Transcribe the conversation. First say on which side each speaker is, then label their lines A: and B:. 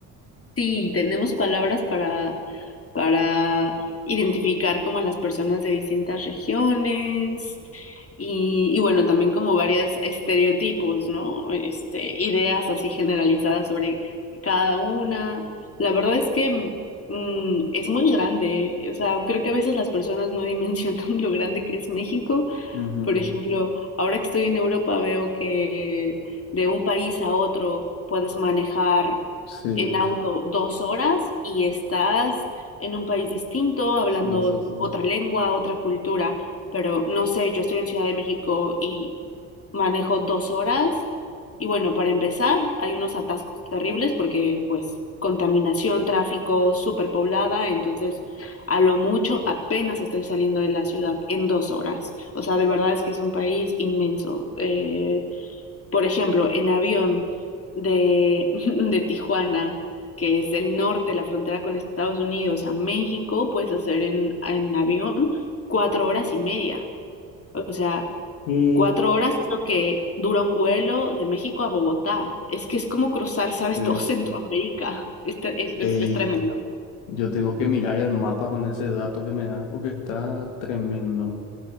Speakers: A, on the left; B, on the left.
A: Sí, tenemos palabras para, para identificar como a las personas de distintas regiones y, y bueno, también como varios estereotipos, ¿no? Este, ideas así generalizadas sobre cada una. La verdad es que mm, es muy grande, o sea, creo que a veces las personas no dimensionan <laughs> lo grande que es México
B: Ujú,
A: por ejemplo, ahora que estoy en Europa veo que de un país a otro puedes manejar
B: Sí,
A: en auto dos horas y estás en un país distinto, hablando
B: sí, sí, sí.
A: otra lengua, otra cultura. Pero no sé, yo estoy en Ciudad de México y manejo dos horas y bueno, para empezar, hay unos atascos terribles porque pues contaminación, tráfico, superpoblada, entonces a lo mucho apenas estoy saliendo de la ciudad en dos horas. O sea, de verdad es que es un país inmenso. Eh, por ejemplo, en avión de, <laughs> de Tijuana, que es el norte, la frontera con Estados Unidos, a México, puedes hacer en, en avión cuatro horas y media. O sea,
B: Y
A: Cuatro horas es lo que dura un vuelo de México a Bogotá. Es que es como cruzar, ¿sabes?
B: Es-
A: Todo Centroamérica. Este- Es,
B: Ey,
A: es- es tremendo.
B: yo tengo que mirar el mapa con ese dato que me da porque está tremendo.